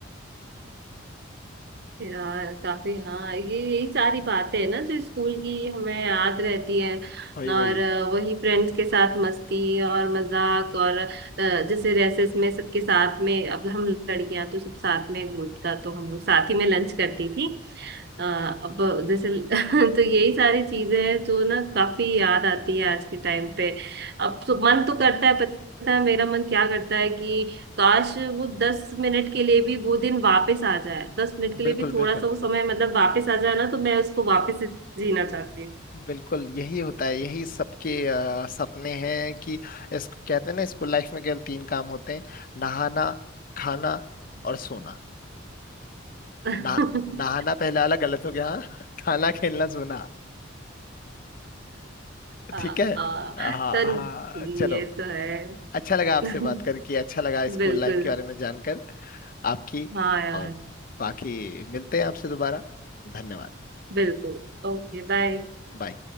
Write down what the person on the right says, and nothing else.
यार काफी हाँ ये यही सारी बातें हैं ना जो स्कूल की हमें याद रहती है और
अ, वही फ्रेंड्स के साथ मस्ती और मजाक और अ, जैसे रेसेस में सबके साथ में अब हम लड़कियां तो सब साथ में ग्रुप था तो हम लोग साथ ही में लंच करती थी अ, अब जैसे <laughs> तो यही सारी चीजें हैं जो ना काफी याद आती है आज के टाइम पे अब तो मन तो करता है पता है मेरा मन क्या करता है कि काश वो दस मिनट के लिए भी वो दिन वापस आ जाए दस मिनट के लिए
भी थोड़ा
सा वो समय मतलब वापस आ जाए ना तो मैं उसको वापस से जीना चाहती हूँ
<laughs>
हाँ
हाँ,
तो
ये तो है
<laughs>
बिल्कुल
हाँ यार
बिल्कुल Okay bye